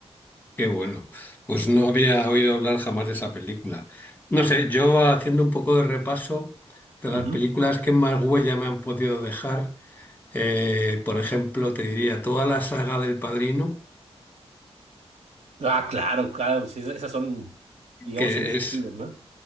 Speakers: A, on the left (about 15°); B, on the right (about 90°).
A: qué bueno. Pues no había oído hablar jamás de esa película. No sé, yo haciendo un poco de repaso de las
B: Ujú.
A: películas que más huella me han podido dejar, eh, por ejemplo, te diría toda la saga del Padrino,
B: Ah, claro, claro, sí, esas esas son, digamos,
A: que
B: indiscutibles,
A: es
B: ¿no?